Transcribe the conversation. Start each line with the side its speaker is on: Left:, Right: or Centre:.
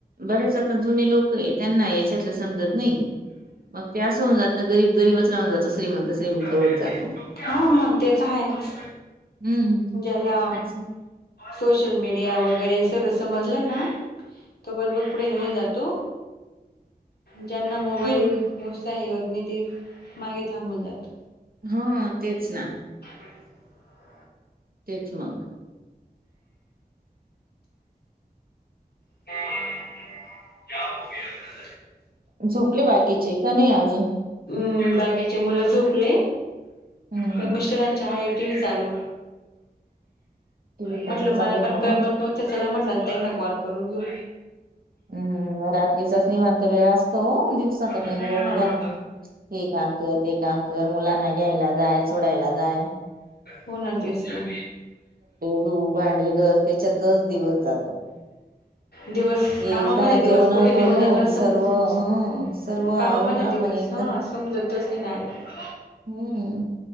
Right: बरेच आता जुने लोक त्यांना ह्याच्यातल समजत नाही मग त्या अस होऊन जात गरीब गरीबाच राहून जातो श्रीमंत श्रीमंत होत
Left: हा
Right: जातो.
Left: मग ते तर आहेच
Right: हम्म
Left: ज्याला
Right: असं.
Left: सोशल मीडिया वगैरे सर समजलं ना तो बरोबर पुढे निघून जातो. ज्यांना मोबाईल
Right: हो
Left: व्यवस्थाही <unintelligible> होत नाही ते मागे थांबून जात
Right: हा तेच ना.
Left: <unintelligible>
Right: तेच मग.
Left: <unintelligible>
Right: झोपले बाकीचे का नाही अजून?
Left: हम् बाकीेचे मुलं झोपले
Right: हम्म
Left: तर मिस्टरांचे आहे टी व्ही चालू.
Right: टी व्ही
Left: म्हटल
Right: पाहणं चालू
Left: मला
Right: आहे
Left: पण
Right: का
Left: करमत
Right: मग?
Left: हो तर चला म्हटलं ताईना कॉल करून घेऊ.
Right: हम्म रात्रीचाच निवांत वेळ असतो दिवसाचा काही
Left: हा
Right: वेळ बि जात नाही. हे काम कर ते काम कर मुलांना घ्यायला जाय सोडायला जाय.
Left: हो ना तेचना.
Right: तू भांडी गस त्याच्यातच दिवस जातो
Left: दिवस
Right: एकदा
Left: कामामध्ये दिवस
Right: जेवण
Left: कुठे निघून
Right: करून
Left: जातो ना समज
Right: सर्व हं सर्व आवरून
Left: कामामध्ये
Right: आपण
Left: दिवस
Right: एकदा
Left: हा समजतच नाही डायरेक्ट
Right: हम्म